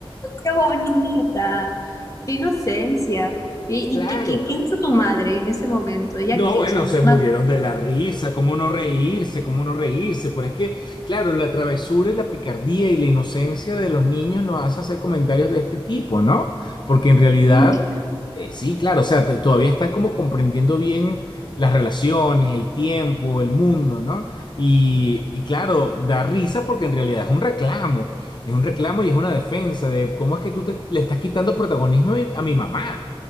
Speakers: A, on the left; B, on the left.
A: Qué bonita, qué inocencia. ¿Y,
B: Claro,
A: y qué, qué, qué hizo tu madre en ese momento? ¿Ella
B: No,
A: qué?
B: bueno,
A: O sea, no,
B: se murieron
A: no
B: de la risa, cómo no reírse, cómo no reírse, pero es que, claro, la travesura y la picardía y la inocencia de los niños los hace hacer comentarios de este tipo, ¿no? Porque en realidad,
A: Mm, <laughs> Claro.
B: eh, sí, claro, o sea, t- todavía están como comprendiendo bien las relaciones, el tiempo, el mundo, ¿no? Y, y claro, da risa porque en realidad es un reclamo, es un reclamo y es una defensa de cómo es que tú te- le estás quitando protagonismo a mi a mi mamá.